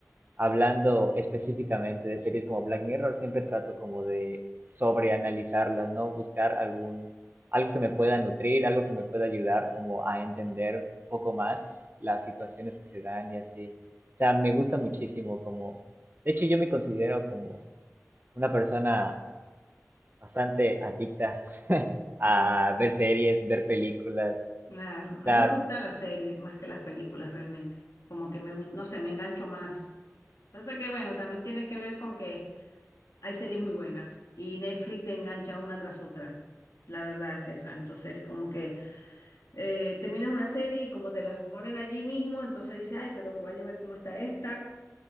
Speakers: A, on the right; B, on the left.
A: hablando específicamente de series como Black Mirror, siempre trato como de sobreanalizarlas, ¿no? Buscar algún, algo que me pueda nutrir, algo que me pueda ayudar como a entender un poco más las situaciones que se dan y así. O sea, me gusta muchísimo como, de hecho yo me considero como una persona bastante adicta <laughs> a
B: eh,
A: ver series, ver películas.
B: claro.
A: O
B: A
A: sea,
B: mí me gustan las series más que las películas realmente. Como que me gusta, no sé, me engancho más. Pasa que, bueno, también tiene que ver con que hay series muy buenas y Netflix te engancha una tras otra. La verdad es esa. Entonces, como que eh, terminas una serie y como te las ponen allí mismo, entonces dices, ay, pero voy a ver cómo está esta,